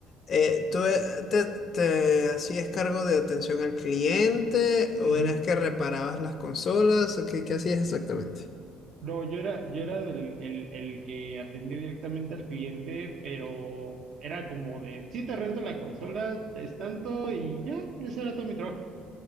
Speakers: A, on the left; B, on the right.
A: Eh, ¿tú eh, te, te hacías cargo de atención al cliente o
B: Ujú.
A: eras que reparabas las consolas? ¿O ¿Qué, qué hacías exactamente?
B: No, yo era, yo era del, el, el que atendía directamente al cliente, pero era como de, sí, te rento la consola, es tanto y ya, ese era todo mi trabajo.